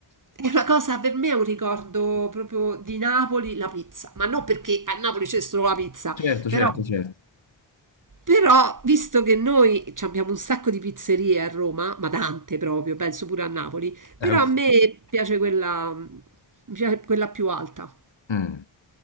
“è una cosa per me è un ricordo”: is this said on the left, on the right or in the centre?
Right